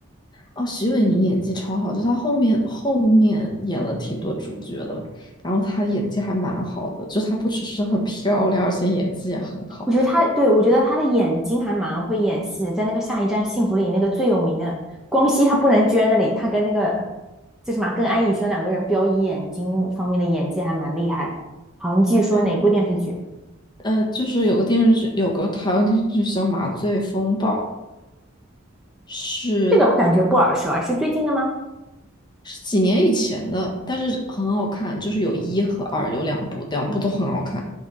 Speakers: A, on the left; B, in the centre.
A: 哦，徐伟宁演技超好，就他后面后面演了挺多主角的，然后他演技还蛮好的，就他不只是很漂亮，而且演技也很好。
B: 我觉得她对我觉得她的眼睛还蛮会演戏的，在那个《下一站幸福》里那个最有名的光熙他不能捐那里，他跟那个就什么啊跟安以轩两个人飙以眼睛方面的演技还蛮厉害的。好，你继续说哪部电视剧？
A: 对，呃，就是有个电视剧，有个台湾电视剧叫《麻醉风暴》，是。
B: 这个感觉不耳熟啊，是最近的吗？
A: 是几年以前的，但是很好看，就是有一和二，有两部，两部都很好看。